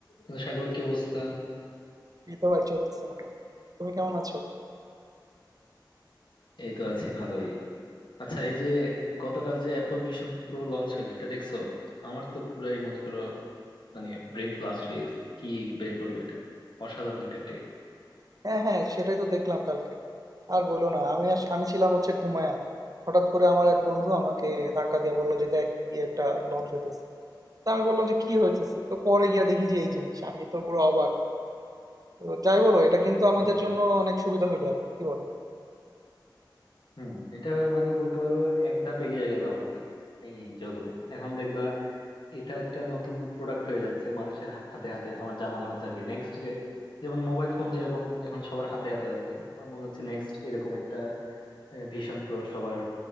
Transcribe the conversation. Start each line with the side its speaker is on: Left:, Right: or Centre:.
Left: কিন্তু সাগর কি অবস্থা
Right: এই তো ভাই চলতেছে মোটামুটি তুমি কেমন আছো
Left: এই তো আছি ভালোই আচ্ছা এই যে গতকাল যে অ্যাপল ভিশন প্রো লঞ্চ হলো এটা দেখছো আমার তো পুরাই মনে করো মানে ব্রেন ব্লাস্ট হয়ে গেছে কি বের করলো এটা অসাধারণ একটা টেক
Right: হ্যাঁ হ্যাঁ সেটাই তো দেখলাম কালকে আর বলো না আমি আস- আমি ছিলাম হচ্ছে ঘুমায়া হঠাৎ করে আমার এক বন্ধু আমাকে ধাক্কা দিয়ে বললো যে দেখ কি একটা লঞ্চ হইতেছে তা আমি বললাম যে কি হইতেছে তো পরে গিয়া দেখি যে এই জিনিস আমি তো পুরো অবাক তো যাই বলো এটা কিন্তু আমাদের
Left: হুম
Right: জন্য অনেক সুবিধা হলো এখন কি বলে
Left: হুম এটা মানে বলতে পারো এক ধাপ এগিয়ে গেলাম আর কি এই জগতে এখন দেখবা এটা একটা নতুন প্রোডাক্ট হয়ে যাচ্ছে মানুষের হাতে হাতে আমার যা মনে হচ্ছে আর কি নেক্সট যে যেমন মোবাইল ফোন যেরকম এখন সবার হাতে হাতে আছে আমার মনে হচ্ছে নেক্সট এরকম একটা আহ, ভীষণ প্রো সবার